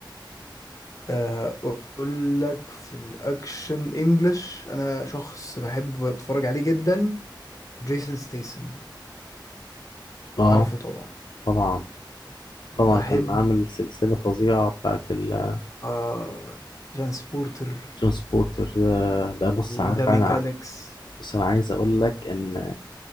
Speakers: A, on the left (about 40°); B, on the left (about 65°).
A: آه، اقول لك في الاكشن انجلش انا شخص بحب اتفرج عليه جدا جيسون ستيسن
B: اه
A: عارفه طبعا
B: طبعا طبعا
A: بحب
B: كان عامل سلسلة فظيعة بتاعت الجون
A: آه ترانسبورتر
B: سبورتر ده بص
A: وذا
B: عارف
A: ميكانكس
B: انا بس انا عايز اقول لك ان